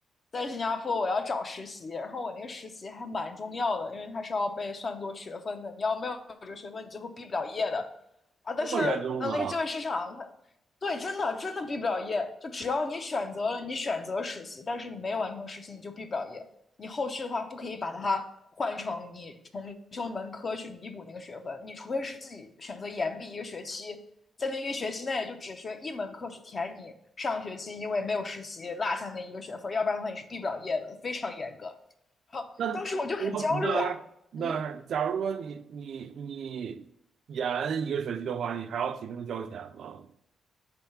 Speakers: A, on the left; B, on the right.
A: 在新加坡，我要找实习，然后我那个实习还蛮重要的，因为它是要被算作学分的，你要没有这个学分，你最后毕不了业的。啊，但是呃，
B: 这么严重呢？
A: 那个就业市场，它对，真的真的毕不了业。就只要你选择了，你选择实习，但是你没有完成实习，你就毕不了业。你后续的话，不可以把它换成你重修一门科去弥补那个学分。你除非是自己选择延毕一个学期，在那一个学期内就只学一门课去填你上学期因为没有实习落下那一个学分，要不然的话你是毕不了业的，非常严格。好，
B: 那我那那，
A: 当时我就很焦虑啊，嗯。
B: 假如说你你你延一个学期的话，你还要提前交钱吗？